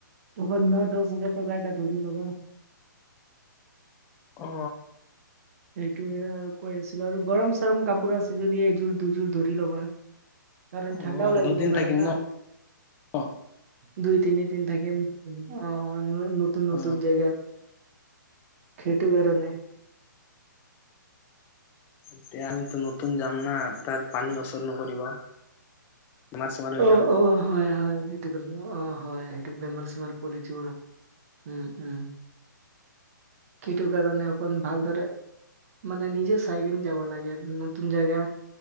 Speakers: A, on the right; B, on the left.
A: লগত ন দহ হাজাৰ টকাত এটা ধৰি লবা।
B: অ
A: সেইটোয়ে আৰু কৈ আছিলো আৰু গৰম চৰম কাপোৰ আছে যদি এযোৰ দুযোৰ ধৰি ল'বা কাৰণ
B: অ
A: ঠাণ্ডাও লাগিব
B: দুদিন
A: পাৰে
B: থাকিম
A: না
B: ন
A: দুই তিনিদিন থাকিম অ নতুন নতুন
B: অ
A: জেগাত সেইটো কাৰণে
B: এতিয়া আমিতো নতুন যাম না তাৰ পানী অচৰ নকৰিব বেমাৰ চেমাৰ
A: অ'
B: হৈ যাম
A: অ হয় হয় হয়। অ হয় সেইটো বেমাৰ চেমাৰ পৰি যোৱা উম উম সেইটো কাৰণে অকণ ভালদৰে মানে নিজে চাইকিনে যাব লাগে নতুন জেগা